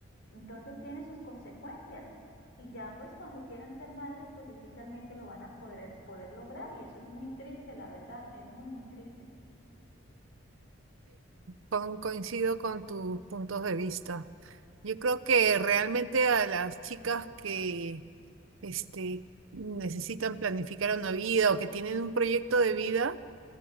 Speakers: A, on the left (about 60°); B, on the right (about 75°).
A: Entonces tiene sus consecuencias y ya pues cuando quieren ser madres pues difícilmente lo van a poder, poder lograr y eso es muy triste, la verdad, es muy, muy triste.
B: Con- coincido con tus puntos de vista. Yo creo que realmente a las chicas que este, necesitan planificar una vida o que tienen un proyecto de vida,